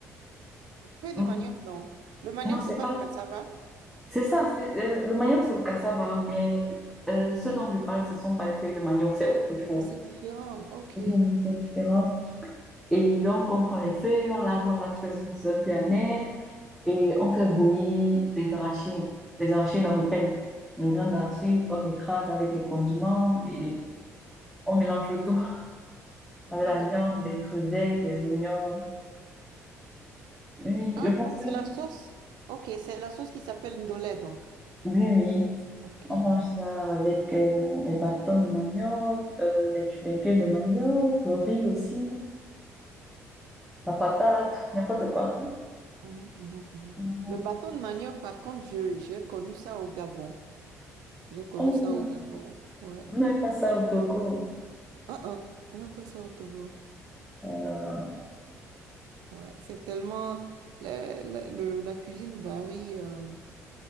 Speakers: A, on the right (about 65°); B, in the centre.
A: Feuilles
B: Hmm,
A: de manioc, non. Le manioc,
B: Non, c'est
A: c'est pas
B: pas
A: le cassava?
B: C'est ça, c'est, euh, le manioc sur le cassava, mais euh, ce dont je parle, ce ne sont pas les feuilles de manioc, c'est autre chose.
A: Non, c'est différent. OK.
B: Oui, c'est différent. Et donc, on prend les feuilles, on lave, on lave parce que ce ne soit plus amer, et on fait bouillir les arachides. Les arachides en graines. En graines d'arachide, on écrase avec les condiments et on mélange le tout <laughs> avec
A: Ah,
B: la
A: d'accord.
B: viande, des crevettes, des oignons. Oui,
A: Ah,
B: je pense
A: donc
B: que
A: c'est la sauce. OK, c'est la sauce qui s'appelle ndolé, donc.
B: oui, oui.
A: OK.
B: On mange ça avec euh, les bâtons de manioc, euh, les tubercules de manioc, le riz aussi, la patate, <laughs> n'importe quoi.
A: Mhm, mhm, mhm.
B: Mhm.
A: Le bâton de manioc, par contre, je, j'ai connu ça au Gabon. J'ai connu
B: Oh,
A: ça
B: vous
A: au
B: n'a-
A: Gabon. Ouais.
B: vous n'avez pas ça au Togo.
A: Ah, ah, on n'a pas ça au Togo.
B: Voilà.
A: Ouais. C'est tellement. La, la- le- la cuisine varie euh,